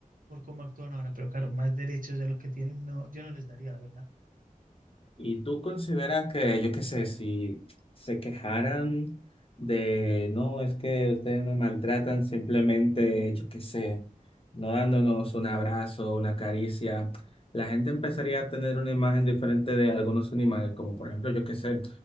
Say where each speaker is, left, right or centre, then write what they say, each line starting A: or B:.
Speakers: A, on the right (about 65°); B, on the left (about 40°).
A: por cómo actúan ahora, pero claro, más derechos de los que tienen, no, yo no les daría, la verdad.
B: ¿Y tú consideras que, yo qué sé, si se quejaran de, no, es que ustedes me maltratan, simplemente, yo qué sé, no dándonos un abrazo, una caricia, la gente empezaría a tener una imagen diferente de algunos animales, como por ejemplo, yo qué sé,